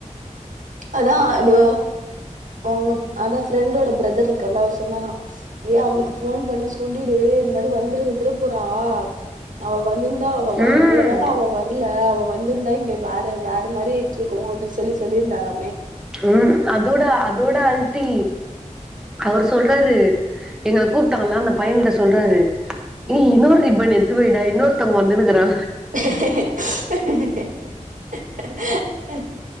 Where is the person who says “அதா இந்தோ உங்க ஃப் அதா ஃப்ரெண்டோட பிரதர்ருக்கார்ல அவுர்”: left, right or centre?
Right